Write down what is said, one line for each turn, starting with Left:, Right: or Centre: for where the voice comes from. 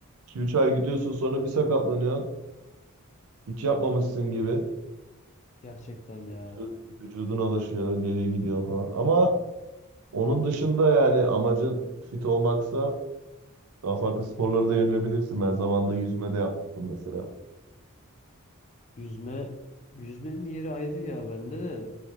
Right: iki üç ay gidiyorsun sonra bir sakatlanıyorsun. Hiç yapmamışsın gibi.
Left: gerçekten ya.
Right: Vücud- Vücudun alışıyor, geri gidiyor falan. Ama onun dışında yani amacın fit olmaksa Daha farklı sporlara da yönelebilirsin. Ben zamanında yüzme de yapmıştım mesela.
Left: Yüzme, yüzmenin yeri ayrı ya bende de